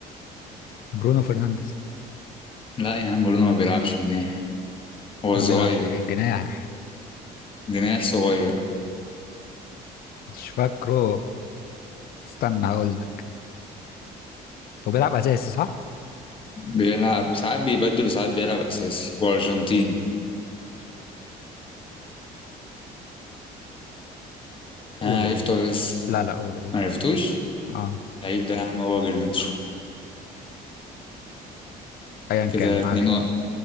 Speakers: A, on the left (about 65°); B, on the left (about 30°).
A: برونو فرنانديز
B: لا يا عم برونو ما بيلعبش جناح هو
A: هو
B: صغير
A: بيلعب إيه، جناح
B: جناح صغير
A: مش فاكره استنى هقول لك هو بيلعب اساسي صح
B: بيلعب ساعات بيبدل وساعات بيلعب اساسي هو ارجنتيني
A: قوله
B: انا عرفته
A: قوله قوله
B: ولا لسه
A: لا لا قوله قوله
B: معرفتوش
A: اه
B: اللعيب ده يا عم هو جرناتشو
A: ايا
B: كده
A: كان ما
B: اتنين
A: علينا
B: و...